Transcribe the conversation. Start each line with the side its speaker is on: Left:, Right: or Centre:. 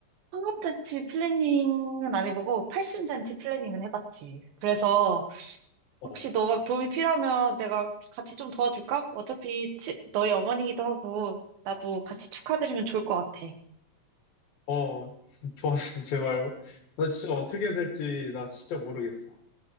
Right: 환갑잔치 플래닝은 안 해보고 팔순잔치 플래닝은 해봤지. 그래서
Left: 어,
Right: 혹시 너가 도움이 필요하면 내가 같이 좀 도와줄까? 어차피 치- 너희 어머니기도 하고 나도 같이 축하드리면 좋을 것 같아.
Left: 어 <laughs> 도와줘 제발. 나 진짜 어떻게 해야 될지 나 진짜 모르겠어.